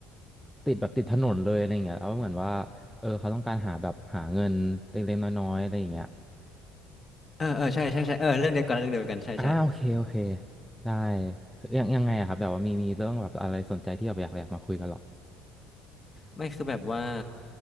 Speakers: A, in the centre; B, on the left.
A: ติดแบบติดถนนเลยอะไรเงี้ยแล้วเหมือนว่าเออเขาต้องการหาแบบหาเงินเล็กๆน้อยๆอะไรอย่างเงี้ย
B: เออเออใช่ใช่ใช่เออเรื่องเดียวกันเรื่องเดียวกันใช่ใช่
A: อ่าโอเคโอเคได้ยังยังไงอะครับแบบว่ามีมีเรื่องแบบอะไรสนใจที่แบบอยากอยากมาคุยกันเหรอ
B: ไม่คือแบบว่า